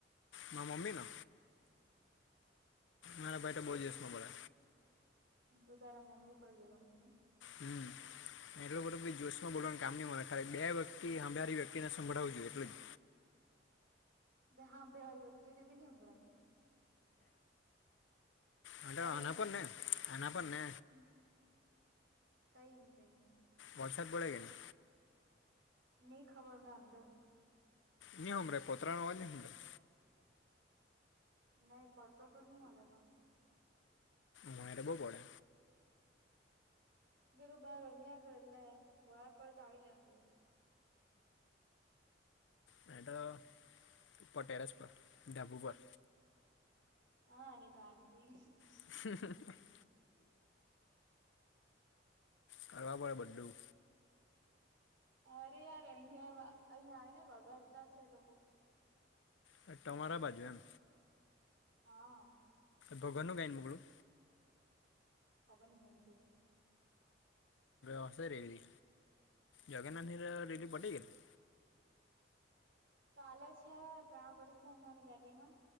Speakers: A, on the left; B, on the right.
A: મારા મમ્મી નો મારા ભાઈ તો
B: એટલે
A: બો જોસમાં
B: તું
A: બોલે
B: તું તારે મમ્મી પર ગેલો એમ કે ની
A: હમ્મ એટલો બડો બી જોશમાં બોલોનું કામ નહી મળે ખરે બે વ્યક્તિ અંભારી વ્યક્તિને સંભળું જોઈએ એટલે જ
B: જે હાભે વાલી વ્યક્તિ ને ભી ની હમભળાય
A: આતો
B: કઈ
A: આના
B: ની
A: પરને આના પરને
B: <inaudible> કઈ ની કઈ ની
A: વોટ્સઅપ પડે કે નને
B: ની ખબર મન તો
A: ની હમ્બડાઈ પોતરા નો અવાજ ની હમ્બડાય
B: નહી પતો તો નહી મલે પણ
A: મારે બો બડે
B: પેલુ બાર રમ્યાગળે એટલે વરહાદ પડે તો આવી લે અંદર
A: મેતો ઉપર ટેરસ પર ડાબુ પર
B: હા નીતો આન્ટી
A: <unintelligible> કરવા પડે બધૂ
B: અરે યાર અહં અહિયાં આવે ને વગાડતા છે લોકો
A: હ તમારા બાજુ એમ
B: હા
A: ભગવાન નુ ગાયન મોકલેલું
B: ખબર ની હું મોકલુ
A: અ હશે રેલી જગન્નાથ ની રેલી પટે ગેલી
B: કાલે છે પ્રાણ પતિસ્થાની નાની દાટી માં